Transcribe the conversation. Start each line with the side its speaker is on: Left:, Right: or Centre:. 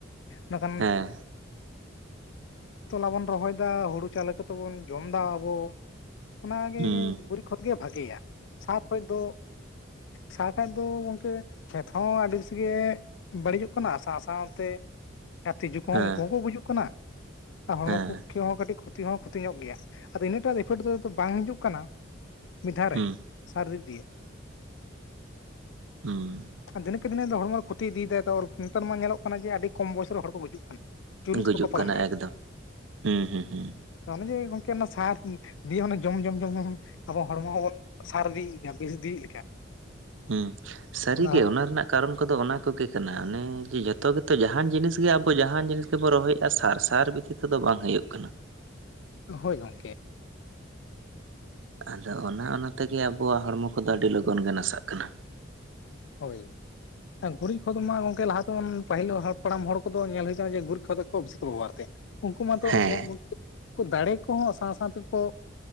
Left: ᱚᱱᱟᱠᱷᱟᱱ
Right: ᱦᱮᱸ
Left: ᱛᱚᱞᱟ ᱵᱚᱱ ᱨᱚᱦᱚᱭ ᱫᱟ ᱦᱩᱲᱩ ᱪᱟᱣᱞᱮ ᱠᱟᱛᱮ ᱵᱚᱱ ᱡᱚᱢᱫᱟ ᱟᱵᱚ, ᱚᱱᱟᱜᱮ
Right: ᱦᱩᱸ
Left: ᱜᱩᱨᱤᱜ ᱠᱷᱚᱛ ᱜᱮ ᱵᱷᱟᱜᱮᱭᱟ᱾ ᱥᱟᱨ ᱠᱷᱚᱭ ᱫᱚ ᱥᱟᱨ ᱠᱷᱟᱭ ᱫᱚ ᱜᱚᱝᱠᱮ ᱠᱷᱮᱛ ᱦᱚᱸ ᱟᱹᱰᱤ ᱵᱮᱥᱤ ᱜᱮ ᱵᱟᱹᱲᱤᱡᱚᱜ ᱠᱟᱱᱟ ᱥᱟᱶᱼᱥᱟᱶ ᱛᱮ ᱟᱨ ᱛᱤᱡᱩ ᱠᱚᱦᱚᱸ
Right: ᱦᱮᱸ
Left: ᱩᱱᱠᱩ ᱦᱚᱸᱠᱚ ᱜᱩᱡᱩᱜ ᱠᱟᱱᱟ ᱟᱨ ᱦᱚᱲᱢᱚ
Right: ᱦᱮᱸ
Left: ᱯᱚᱠᱠᱷᱮ ᱦᱚᱸ ᱠᱟᱹᱴᱤᱜ ᱠᱷᱚᱛᱤ ᱦᱚᱸ ᱠᱷᱚᱛᱤ ᱧᱚᱜ ᱜᱮᱭᱟ᱾ ᱟᱫᱚ ᱤᱱᱟᱹᱴᱟᱜ ᱤᱯᱷᱮᱠᱴ ᱫᱚ ᱫᱚ ᱵᱟᱝ ᱦᱤᱡᱩᱜ ᱠᱟᱱᱟ ᱢᱤᱫ ᱫᱷᱟᱣ
Right: ᱦᱩᱸ
Left: ᱨᱮ ᱥᱟᱨ ᱫᱤᱠ ᱫᱤᱭᱮ,
Right: ᱦᱩᱸ
Left: ᱟᱫᱚᱤᱱᱜ <unintelligible> ᱦᱚᱲᱢᱚ ᱠᱷᱚᱛᱤ ᱤᱫᱤ ᱫᱟᱭ ᱛᱚ ᱱᱮᱛᱟᱨ ᱢᱟ ᱧᱮᱞᱚᱜ ᱠᱟᱱᱟ ᱡᱮ ᱟᱹᱰᱤ ᱠᱚᱢ ᱵᱚᱭᱚᱥ ᱨᱮ ᱦᱚᱲ ᱠᱚ ᱜᱩᱡᱩᱜ ᱠᱟᱱᱟ᱾ ᱪᱚᱞᱞᱤᱥ
Right: ᱜᱩᱡᱩᱜ
Left: ᱵᱟᱠᱚ ᱯᱟᱨᱚᱢ
Right: ᱠᱟᱱᱟ ᱮᱠᱫᱚᱢ ᱦᱩᱸ ᱦᱩᱸ ᱦᱩᱸ᱾
Left: ᱛᱚ ᱚᱱᱮ ᱡᱮ ᱜᱚᱝᱠᱮ ᱚᱱᱟ ᱥᱟᱨ ᱫᱤᱭᱮ ᱡᱚᱢ ᱡᱚᱢ ᱡᱚᱢ ᱡᱚᱢᱟᱵᱚ ᱦᱚᱲᱢᱚ ᱦᱚᱸᱵᱚᱱ ᱥᱟᱨ ᱤᱫᱤᱭᱮᱜ ᱠᱟᱱ ᱵᱤᱥ ᱤᱫᱤᱭᱮᱜ ᱞᱮᱠᱟ,
Right: ᱦᱩᱸ ᱥᱟᱹᱨᱤᱜᱮ
Left: ᱟᱫᱚ
Right: ᱚᱱᱟ ᱨᱮᱱᱟᱜ ᱠᱟᱨᱚᱱ ᱠᱚᱫᱚ ᱚᱱᱟ ᱠᱚᱜᱮ ᱠᱟᱱᱟ ᱚᱱᱮ ᱡᱮ ᱡᱚᱛᱚ ᱜᱮᱛᱚ ᱡᱟᱦᱟᱸᱱ ᱡᱤᱱᱤᱥ ᱜᱮ ᱟᱵᱚ ᱡᱟᱦᱟᱸᱱ ᱡᱤᱱᱤᱥ ᱜᱮᱵᱚᱱ ᱨᱚᱦᱚᱭ ᱮᱜᱼᱟ ᱥᱟᱨ ᱥᱟᱨ ᱵᱷᱤᱛᱤ ᱠᱚᱫᱚ ᱵᱟᱝ ᱦᱩᱭᱩᱜ ᱠᱟᱱᱟ᱾
Left: ᱦᱳᱭ ᱜᱚᱝᱠᱮ,
Right: ᱟᱫᱚ ᱚᱱᱟ ᱚᱱᱟ ᱛᱮᱜᱮ ᱟᱵᱚᱣᱟᱜ ᱦᱚᱲᱢᱚ ᱠᱚᱫᱚ ᱟᱹᱰᱤ ᱞᱚᱜᱚᱱ ᱜᱮ ᱱᱟᱥᱟᱜ ᱠᱟᱱᱟ᱾
Left: ᱦᱳᱭ, ᱜᱩᱨᱤᱜ ᱠᱷᱚᱛ ᱢᱟ ᱜᱚᱝᱠᱮ ᱞᱟᱦᱟᱛᱮᱵᱚᱱ ᱯᱟᱹᱦᱤᱞ ᱦᱟᱯᱲᱟᱢ ᱦᱚᱲ ᱠᱚᱫᱚ ᱧᱮᱞ ᱦᱩᱭ ᱠᱟᱱᱟ ᱡᱮ ᱜᱩᱨᱤᱜ ᱠᱷᱚᱛ <unintelligible> ᱵᱤᱥᱤ ᱠᱚ ᱵᱮᱵᱚᱦᱟᱨ ᱛᱮ᱾ ᱩᱱᱠᱩ ᱢᱟᱛᱚ
Right: ᱦᱮᱸ
Left: <unintelligible> ᱫᱟᱲᱮ ᱠᱚᱦᱚᱸ ᱥᱟᱶᱼᱥᱟᱶ ᱛᱮᱠᱚ